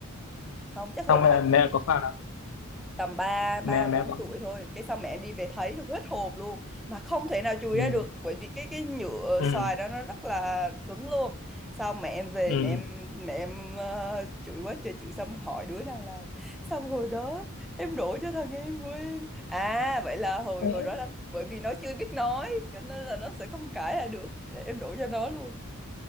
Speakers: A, in the centre; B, on the left.
A: không chắc hồi
B: xong
A: đó
B: mẹ mẹ có phạt à
A: tầm 3 3
B: mẹ mẹ
A: 4
B: có
A: tuổi thôi. Cái xong mẹ em đi về thấy xong hết hồn luôn mà không thể nào chùi
B: ừ,
A: ra được bởi vì cái cái nhựa
B: ừ,
A: xoài đó nó rất là cứng luôn. Xong mẹ em về
B: ừ.
A: mẹ em mẹ em ờ, chửi quá trời chửi xong hỏi đứa nào làm. Xong hồi đó em đổ cho thằng em của em. À vậy là hồi
B: Thế,
A: hồi đó là bởi vì nó chưa biết nói cho nên là nó sẽ không cãi là được. Em đổ cho nó luôn.